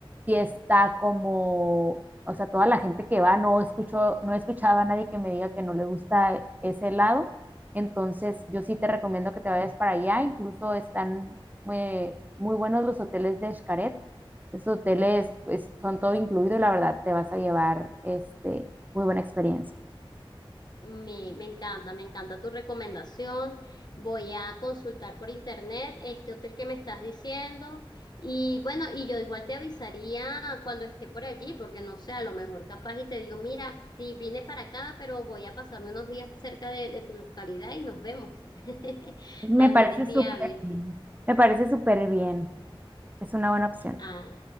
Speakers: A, on the right (about 20°); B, on the left (about 45°).
A: sí está como... O sea, toda la gente que va, no escucho, no he escuchado a nadie que me diga que no le gusta ese lado. Entonces, yo sí te recomiendo que te vayas para allá. Incluso están muy muy buenos los hoteles de Xcaret. Esos hoteles pues, son todo incluido y la verdad te vas a llevar este, muy buena experiencia.
B: Me, me encanta, me encanta tu recomendación. Voy a consultar por internet este hotel que me estás diciendo. Y bueno, y yo igual te avisaría cuando esté por allí, porque no sé, a lo mejor capaz y te digo, mira, sí vine para acá, pero voy a pasarme unos días cerca de, de tu localidad y nos vemos. <laughs>
A: Me
B: También
A: parece
B: es
A: súper
B: viable.
A: bien. Me parece súper bien. Es una buena opción.
B: Ah,